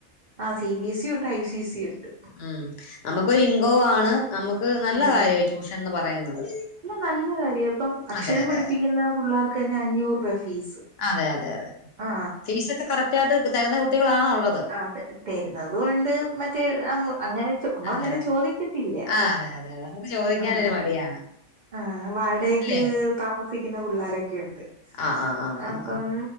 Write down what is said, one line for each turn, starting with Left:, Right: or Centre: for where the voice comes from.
Right: ആ സി ബി എസ് സി ഉണ്ട് ഐ സി സി യും ഉണ്ട്.
Left: ഉം, നമുക്കൊരു ഇൻകം ആണ്, നമുക്ക് നല്ല
Right: ഉം
Left: കാര്യമാ ട്യൂഷൻ എന്ന് പറയുന്നത്.
Right: നല്ല കാര്യം ഇപ്പം അക്ഷരം
Left: അതെ അതെ
Right: പഠിപ്പിക്കുന്ന
Left: അതെ
Right: പിള്ളേർക്ക് തന്നെ അഞ്ഞൂറ് രൂപ ഫീസ്.
Left: അതെ അതെ അതെ
Right: ആ
Left: ഫീസ് ഒക്കെ കറക്റ്റ് ആയിട്ട് തരുന്ന കുട്ടികളാണോ ഉള്ളത്
Right: ആഹ് തരുന്നതുണ്ട് മറ്റേ അങ്ങനെ നമ്മളങ്ങനെ
Left: അതെ അതെ
Right: ചോദിക്ക ത്തില്ല.
Left: ആഹ് അതെ അതെ നമുക്ക് ചോദിക്കാനൊരു
Right: ആഹ്
Left: മടിയാണ്
Right: ആഹ് വാടകക്ക്
Left: ഇല്ലയോ
Right: താമസിക്കുന്ന പിള്ളോരൊക്കെ ഉണ്ട്.
Left: ആഹ് ആഹ് ആഹ് ആഹ്
Right: അപ്പം
Left: ആഹ്